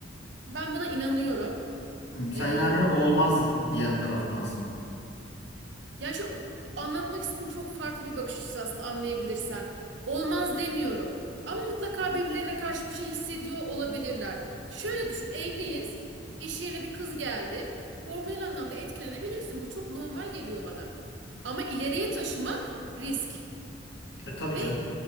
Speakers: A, on the right; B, on the left.
A: Ben buna inanıyorum.
B: Hmm, sen
A: E,
B: yani olmaz diyen taraftansın.
A: Yani şöyle o- anlatmak istediğim çok farklı bir bakış açısı aslında anlayabilirsen. Olmaz demiyorum. Ama mutlaka birbirlerine karşı bir şey hissediyor olabilirler. Şöyle düşün, evliyiz. İş yerine bir kız geldi. Hormonal anlamda etkilenebilirsin. Bu çok normal geliyor bana. Ama ileriye taşımak risk
B: E tabii
A: ve
B: canım.